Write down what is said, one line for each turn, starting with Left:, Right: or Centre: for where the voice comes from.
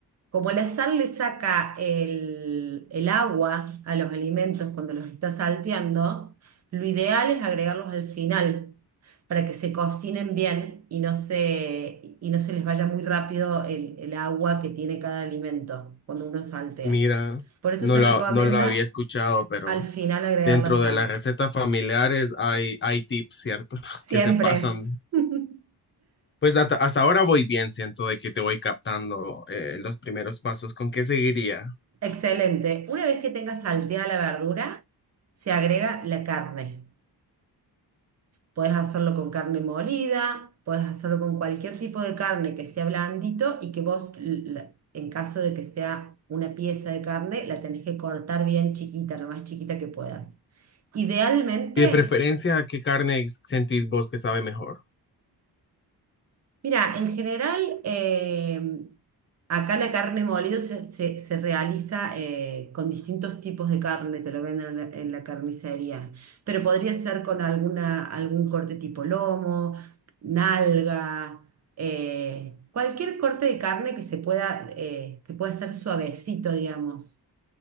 Right: Como la sal le saca el, el agua a los alimentos cuando los está salteando, lo ideal es agregarlos al final para que se cocinen bien y no se, y no se les vaya muy rápido el, el agua que tiene cada alimento cuando uno saltea.
Left: Mira,
Right: Por eso
Left: no
Right: se
Left: lo,
Right: recomienda
Left: no lo había escuchado, pero
Right: al final agregar
Left: dentro
Right: la
Left: de
Right: sal.
Left: las recetas familiares hay, hay tips, ¿cierto? <laughs>
Right: Siempre.
Left: Que se pasan
Right: <laughs>
Left: Pues hasta, hasta ahora voy bien, siento de que te voy captando eh, los primeros pasos. ¿Con qué seguiría?
Right: Excelente. Una vez que tengas salteada la verdura, se agrega la carne. Puedes hacerlo con carne molida, puedes hacerlo con cualquier tipo de carne que sea blandito y que vos, l- la- en caso de que sea una pieza de carne, la tenés que cortar bien chiquita, lo más chiquita que puedas. Idealmente
Left: Y de preferencia, ¿qué carne sentís vos que sabe mejor?
Right: Mira, en general, eh, acá la carne molida se, se- se realiza eh, con distintos tipos de carne, te lo venden en la, en la carnicería, pero podría ser con alguna, algún corte tipo lomo, nalga, eh, cualquier corte de carne que se pueda, eh, que pueda ser suavecito, digamos,